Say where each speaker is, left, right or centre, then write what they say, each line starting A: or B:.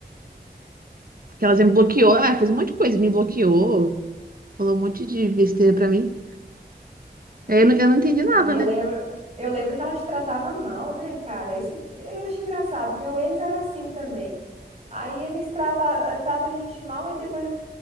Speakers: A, on the right; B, on the right.
A: porque ela já me bloqueou, ela fez um monte de coisa, me bloqueou, falou um monte de besteira pra mim. Aí Eu não, eu não entendi nada,
B: Ah, eu
A: né?
B: lembro, eu lembro que ela te tratava mal, né, cara? Esse, eu acho engraçado. Meu ex era assim também. Aí eles trata, trata a gente mal e depois